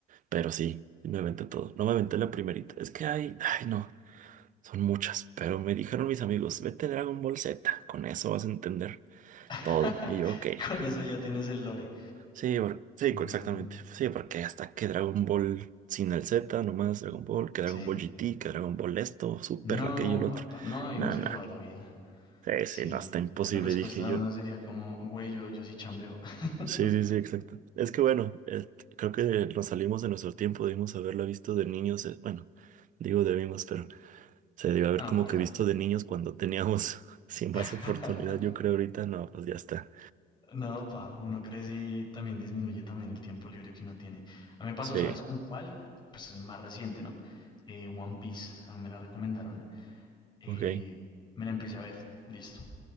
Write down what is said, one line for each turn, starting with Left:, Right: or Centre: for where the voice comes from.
Right: Pero sí, sí me aventé todo. No me aventé la primerita. Es que hay, ay no, son muchas. Pero me dijeron mis amigos, vete Dragon Ball Z, con eso vas a entender
Left: <laughs>
Right: todo. Y yo, ok.
Left: Con eso ya tienes el lore.
Right: Sí, por- sí,
Left: No,
Right: co- exactamente.
Left: men.
Right: Sí, porque hasta que Dragon Ball sin el Z, nomás Dragon Ball, que Dragon
Left: Sí.
Right: Ball GT, que Dragon Ball esto, Super,
Left: No,
Right: aquello, el otro.
Left: papá, no, ahí
Right: No,
Left: uno se
Right: no.
Left: le va la vida.
Right: Sí,
Left: Sí,
Right: sí, no, está imposible,
Left: ahí la respuesta
Right: dije
Left: de
Right: yo.
Left: uno sería como, güey, yo, yo sí chambeo. <laughs>
Right: Sí, sí, sí, exacto. Es que bueno, eh, creo que nos salimos de nuestro tiempo, debimos haberla visto de niños, eh, bueno, digo debimos, pero se debió haber
Left: No,
Right: como
Left: pero
Right: que
Left: ya.
Right: visto de niños cuando teníamos <laughs> sin
Left: <laughs>
Right: más oportunidad, yo creo ahorita no, pues ya está.
Left: No, pa, uno crece y también disminuye también el tiempo libre que uno tiene. A mí me pasó,
Right: Sí,
Left: ¿sabes con cuál? Pues es más reciente, ¿no? Eh, One Piece, a mí me la recomendaron. eh,
Right: ok.
Left: me la empecé a ver, listo.